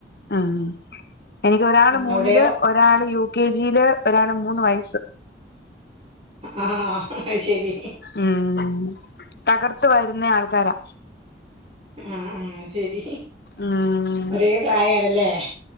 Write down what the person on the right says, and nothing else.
അവിടെയോ
ആഹ് ആയ്ശെരി
ആഹ് ആഹ് ശരി
ഒരേ പ്രായണല്ലേ